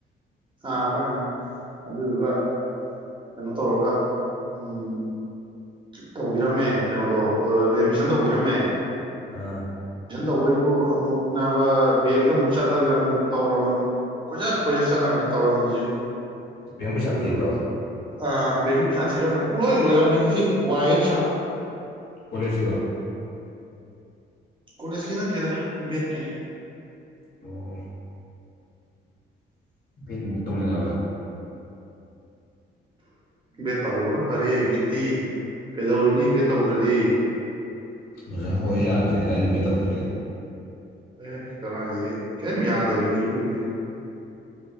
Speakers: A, on the right; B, on the left.
A: ꯑꯥ ꯑꯩꯈꯣꯏ ꯑꯉꯥꯡ ꯑꯗꯨꯗꯨꯒ ꯀꯩꯅꯣ ꯇꯧꯔꯒ ꯎꯝ ꯇꯧꯕꯤꯔꯝꯃꯦ ꯀꯩꯅꯣꯗꯣ ꯑꯦꯗꯃꯤꯁꯟ ꯇꯧꯕꯤꯔꯝꯃꯦ
B: ꯑꯥ
A: ꯑ‌ꯦꯠꯃꯤꯁꯟ ꯇꯧꯕꯩꯕꯨ ꯑꯃꯨꯛ ꯅꯥꯕ ꯕꯦꯡꯗ ꯑꯃꯨꯛ ꯆꯠꯂꯒ ꯑꯃꯨꯛ ꯇꯧꯔꯝꯃ‌ꯦ ꯀꯣꯏꯆꯠ ꯀꯣꯏꯆꯠ ꯆꯠꯂꯒꯅꯤ ꯇꯧꯔꯝꯃꯤꯁꯤꯕꯨ
B: ꯕꯦꯡ ꯄꯩꯁꯥ
A: ꯑꯗꯨꯗꯨꯒ
B: ꯊꯤꯕ꯭ꯔꯣ
A: ꯑ ꯕꯦꯡꯒꯤ ꯄꯩꯁꯥ ꯊꯤꯔꯝꯃꯦ ꯄꯨꯡꯂꯣꯏ ꯂꯣꯏꯔꯝꯃꯦ ꯉꯁꯤ ꯋꯥꯏ ꯍꯦꯛ ꯁꯪ
B: ꯀꯂꯦꯖꯀꯤꯔ‌ꯣ
A: ꯀꯣꯂꯦꯖꯀꯤ ꯅꯠꯇ‌ꯦꯗ ꯕꯦꯠꯀꯤꯅ‌ꯦ
B: ꯑꯣ ꯕꯦꯠꯃꯨꯛ ꯇꯧꯅꯤꯡꯉꯛ ꯑꯕ꯭ꯔꯥ
A: ꯕꯦꯠ ꯇꯧꯍꯧꯕꯅ ꯐꯔꯦ ꯍꯧꯖꯤꯛꯇꯤ ꯀꯩꯗꯧꯔꯨꯅꯤ ꯕꯦꯠ ꯇꯧꯗ꯭ꯔꯗꯤ
B: ꯑꯣꯖꯥ ꯑ‌ꯣꯏ ꯌꯥꯗ꯭ꯔꯦꯗꯥꯏꯅ‌ꯦ ꯕ‌ꯦꯠ ꯇꯧꯗ꯭ꯔꯥꯗꯤ
A: ꯑꯦ ꯀꯗꯥꯏꯗꯩ ꯀꯩꯝ ꯌꯥꯗꯕꯤꯅꯤꯕꯨ ꯍꯧꯖꯤꯛ